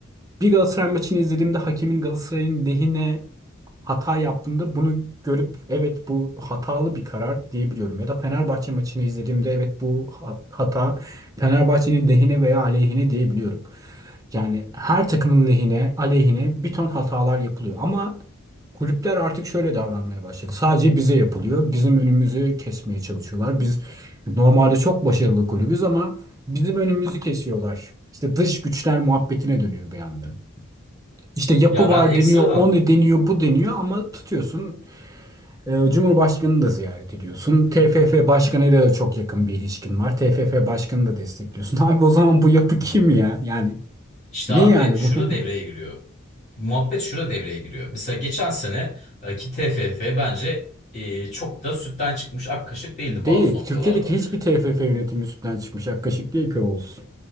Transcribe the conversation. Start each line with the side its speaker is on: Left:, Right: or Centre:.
Right: Bir Galatasaray maçını izlediğimde hakemin Galatasaray'ın lehine hata yaptığımda bunu görüp evet bu hatalı bir karar diyebiliyorum. Ya da Fenerbahçe maçını izlediğimde evet bu ha- hata Fenerbahçe'nin lehine veya aleyhine diyebiliyorum. Yani her takımın lehine, aleyhine bir ton hatalar yapılıyor. Ama kulüpler artık şöyle davranmaya başladı. Sadece bize yapılıyor. Bizim önümüzü kesmeye çalışıyorlar. Biz normalde çok başarılı kulübüz ama bizim önümüzü kesiyorlar. İşte dış güçler muhabbetine dönüyor bir anda. İşte yapı
Left: Ya
Right: var
Left: ben ekstradan
Right: deniyor, o ne deniyor, bu deniyor ama tutuyorsun. e, Cumhurbaşkanını da ziyaret ediyorsun. TFF başkanıyla da çok yakın bir ilişkin var. TFF başkanını da destekliyorsun. <laughs> Abi o zaman bu yapı kim ya? Yani
Left: İşte
Right: ne
Left: abi
Right: yani
Left: şurada
Right: bu? <laughs>
Left: devreye giriyor. Muhabbet şurada devreye giriyor. Mesela geçen sene e, ki TFF bence e, çok da sütten çıkmış ak kaşık değildi
Right: Değil.
Left: bazı noktalarda.
Right: Türkiye'deki hiçbir TFF yönetimi üstünden çıkmış. Ak kaşık değil köy olsun.